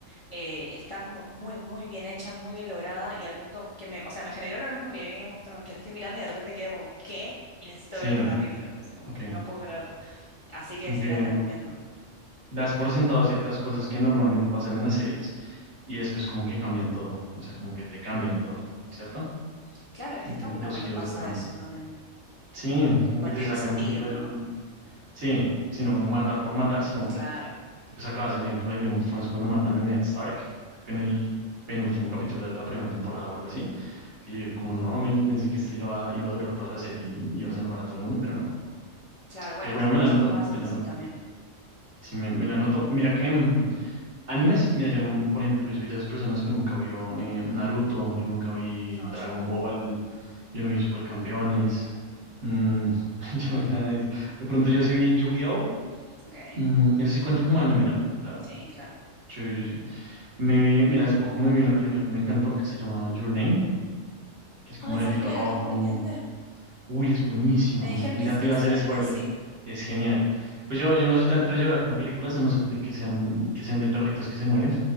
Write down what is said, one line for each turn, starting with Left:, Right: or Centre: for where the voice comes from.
Left: Eh, está como muy, muy bien hecha, muy bien lograda y al punto que me, o sea, me generó lo mismo que Game of Thrones, que la estoy mirando y de repente quedo como, ¿qué? Y necesito
Right: Sí.
Left: ver otro capítulo. O sea, como,
Right: Ok.
Left: no puedo creerlo. Así que
Right: Como
Left: sí,
Right: que
Left: la recomiendo mucho.
Right: das por sentado ciertas cosas que normalmente pasan en las series y después como que cambian todo, o sea, como que te cambian todo, ¿cierto?
Left: Claro, es que
Right: Como
Left: está
Right: que lo-
Left: bueno
Right: los
Left: cuando
Right: giros
Left: pasa
Right: de trama.
Left: eso también.
Right: Sí, como
Left: Cuando
Right: que te
Left: tiene
Right: sacan
Left: sentido,
Right: un poquito del...
Left: ¿no?
Right: Sí, sino matar por matar, sino
Left: Claro.
Right: tú sacabas el ejemplo de Game of Thrones cuando matan a Ned Stark, creo que en el penúltimo capítulo de la primera temporada o algo así, que yo digo como no, men, yo pensé que este iba, iba a durar toda la serie y iba a salvar a todo el mundo, pero no.
Left: Claro, bueno,
Right: Pues
Left: estas
Right: bueno, me
Left: cosas
Right: la noto,
Left: pasan,
Right: me la
Left: sí,
Right: noto.
Left: también.
Right: Sí, me, me la noto. Mira que... mm, Animes, mira, yo no, por ejemplo, yo soy de esas personas que nunca vio eh, Naruto, yo nunca vi
Left: No,
Right: Dragon
Left: yo tampoco.
Right: Ball, yo no vi Supercampeones, mm, <laughs> yo no vi nada de eso. De pronto yo sí vi Yu-Gi-Oh!
Left: Ok,
Right: mm, eso sí cuenta como anime, ¿no? Claro.
Left: sí, claro.
Right: Sí, sí, sí. Me vi, mira, hace poco me vi una película que me encantó, que se llama Your Name, que es
Left: Ay,
Right: como
Left: ¿sabes
Right: el hilo
Left: qué?
Right: rojo.
Left: La tengo pendiente.
Right: Uy, es buenísima,
Left: Me
Right: buenísima.
Left: dijeron que
Right: Ya
Left: es
Right: te
Left: excelente,
Right: iba a hacer spoiler.
Left: sí.
Right: Es genial. Pues yo, yo no soy tanto de llorar con películas, a no ser de que sean, que sean de perritos que se mueren.